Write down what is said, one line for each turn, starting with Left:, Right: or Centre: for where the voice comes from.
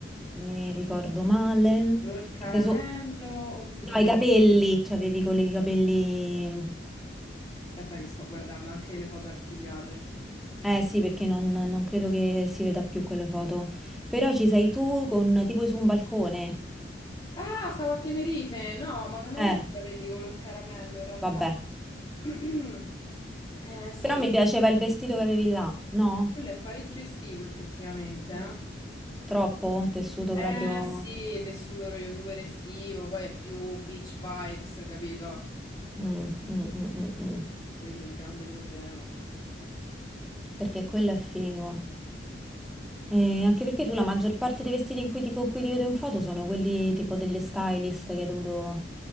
Centre: mi ricordo male,
Left: Color caramello,
Centre: che sei su...
Left: oddio.
Centre: No, i capelli, cioè avevi con i capelli...
Left: Aspetta che sto guardando anche le foto archiviate.
Centre: Eh sì, perché non, non credo che si veda più quella foto. Però ci sei tu con tipo su un balcone.
Left: Ah, stavo a Tenerife. No, ma non avevo
Centre: Eh,
Left: i capelli color caramello in realtà.
Centre: vabbè.
Left: <clears throat> Eh, sì,
Centre: Però mi piaceva il vestito che avevi là, no?
Left: quello è parecchio estivo effettivamente, eh.
Centre: Mm. Troppo tessuto
Left: Eh
Centre: proprio.
Left: sì, tessuto io super estivo, poi è più beach vibes, capito?
Centre: Mm, mm, mm, mm, mm.
Left: Quello è il grande problema.
Centre: Perché quello è figo. E anche perché tu la maggior parte dei vestiti in cui ti- con cui ti vedo in foto sono quelli tipo delle stylist che hai dovuto